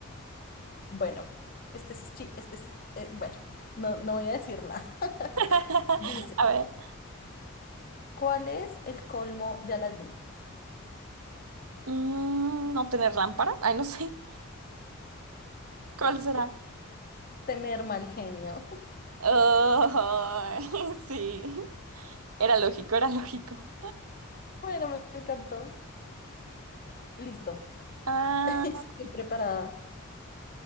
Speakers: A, on the left; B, on the right.
A: bueno, este es, chi- este es, eh, bueno, no, no voy a decir nada. <laughs>
B: <laughs>
A: Dice,
B: A ver,
A: ¿cuál es el colmo de Aladín?
B: mm, no tener lámpara. Ay, no sé. <laughs> ¿Cuál será?
A: Tener mal genio. <laughs>
B: Oh, <laughs> sí. Era lógico, era lógico.
A: Bueno, me me encantó. Listo.
B: Ah,
A: <laughs> Estoy preparada.